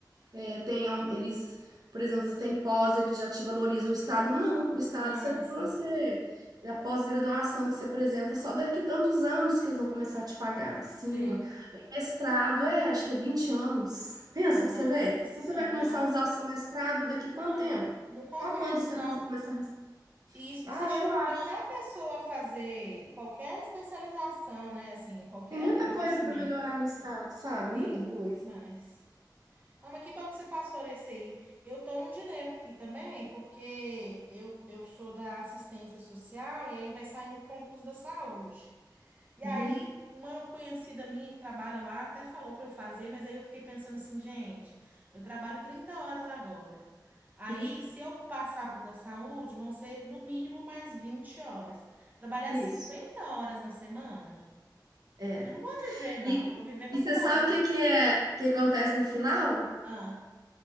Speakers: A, on the right; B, on the right.
A: É, tem, é um, eles, por exemplo, você tem pós, ele já te valoriza. O Estado não. O Estado,
B: Ah,
A: você, pra
B: sim.
A: você, é a pós-graduação que você apresenta, só daqui tantos anos que eles vão começar a te pagar acima.
B: Sei.
A: É, Mestrado, é, acho que é 20 anos. Pensa
B: Nossa
A: pra você ver.
B: Senhora,
A: Então, você vai começar
B: não.
A: a usar o seu mestrado daqui quanto
B: Não,
A: tempo?
B: não compensa,
A: Só quando você
B: não.
A: come- começar a... res-
B: E isso
A: Ah,
B: desestimula
A: eu acho.
B: até a pessoa a fazer qualquer especialização, né? Assim, qualquer
A: Tem muita
B: investimento.
A: coisa para melhorar no Estado, sabe?
B: Sim,
A: Muita coisa.
B: demais. Ah, mas que bom que você passou nesse aí. Eu tô num dilema aqui também, porque eu, eu sou da assistência social e aí vai sair um concurso da saúde. E aí,
A: Uhum,
B: uma conhecida minha que trabalha lá até falou para eu fazer, mas aí eu fiquei pensando assim, gente, eu trabalho 30 horas agora. Aí,
A: uhum.
B: se eu passar para o da saúde, vão ser no mínimo mais 20 horas. Trabalhar
A: Isso.
B: 50 horas na semana?
A: É.
B: Eu não vou viver, não.
A: E,
B: Vou viver para
A: e
B: trabalhar.
A: você sabe o que que é que acontece no final?
B: Ah,